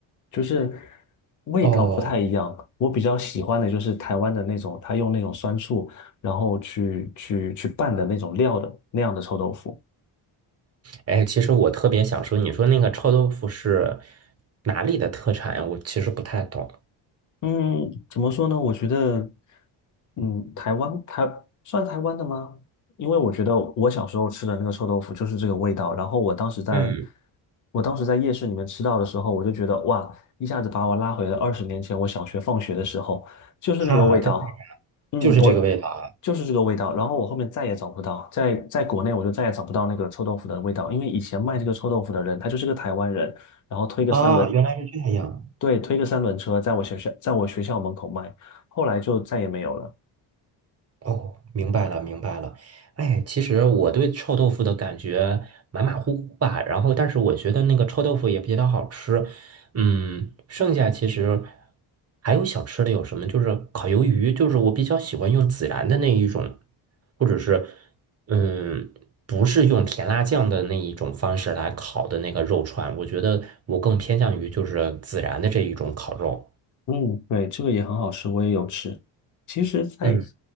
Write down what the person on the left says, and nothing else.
就是味道不太一样。
我比较喜欢的就是台湾的那种，他用那种酸醋，然后去去去拌的那种料的那样的臭豆腐。
嗯，怎么说呢？我觉得，嗯，台湾台算台湾的吗？因为我觉得我小时候吃的那个臭豆腐就是这个味道。然后我当时在，
我当时在夜市里面吃到的时候，我就觉得哇，一下子把我拉回了二十年前我小学放学的时候，就是那个味道。
嗯，
我就是这个味道。然后我后面再也找不到，在在国内我就再也找不到那个臭豆腐的味道，因为以前卖这个臭豆腐的人他就是个台湾人。然后推个三轮，
对，推个三轮车，在我学校，在我学校门口卖，后来就再也没有了。
嗯，对，这个也很好吃，我也有吃。其实在，